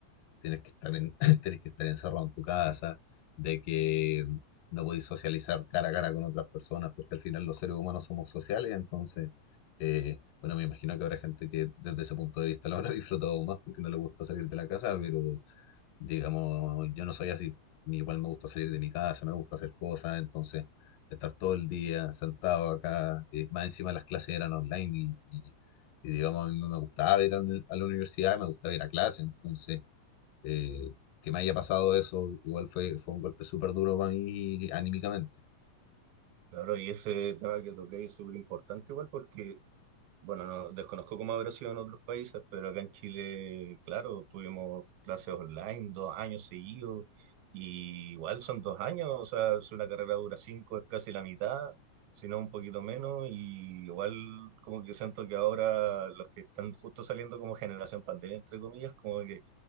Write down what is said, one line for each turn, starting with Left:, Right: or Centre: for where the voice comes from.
Left: tienes que estar en, <laughs> tienes que estar encerrado en tu casa, de que no podís socializar cara a cara con otras personas, porque al final los seres humanos somos sociales, entonces, eh, bueno, me imagino que habrá gente que desde ese punto de vista lo habrá <laughs> disfrutado más porque no le gusta salir de la casa, pero Digamos, yo no soy así. A mí igual me gusta salir de mi casa, me gusta hacer cosas, entonces estar todo el día sentado acá, eh, más encima las clases eran online y, y- y, digamos, a mí no me gustaba ir a, la uni- a la universidad, me gustaba ir a clase, entonces eh, que me haya pasado eso, igual fue, fue un golpe súper duro para mí anímicamente,
Right: Claro, y ese tema que toqué es súper importante igual porque Bueno, no, desconozco cómo habrá sido en otros países, pero acá en Chile, claro, tuvimos clases online dos años seguidos, y igual son dos años, o sea, si una carrera dura cinco es casi la mitad, si no un poquito menos, y igual como que siento que ahora los que están justo saliendo como generación pandemia, entre comillas, como que